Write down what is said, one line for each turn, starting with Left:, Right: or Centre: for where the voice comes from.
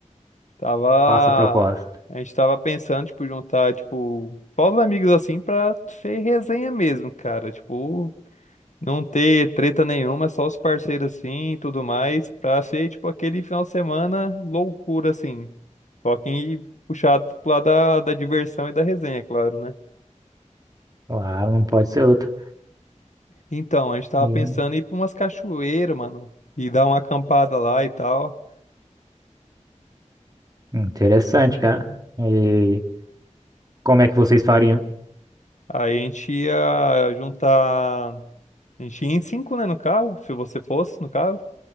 Left: Tava.
Right: faça a proposta.
Left: A gente tava pensando, tipo, juntar, tipo, povos amigos assim pra ser resenha mesmo, cara. Tipo, não ter treta nenhuma, só os parceiros assim e tudo mais, pra ser, tipo, aquele final de semana loucura, assim. Só que puxado pro lado da, da diversão e da resenha, é claro, né?
Right: Claro, não pode ser outra.
Left: Então, a gente tava
Right: E-
Left: pensando em ir pra umas cachoeiras, mano, e dar uma acampada lá e tal.
Right: interessante, cara. E como é que vocês fariam?
Left: Aí a gente ia juntar. A gente ia em cinco, né, no carro, se você fosse, no carro,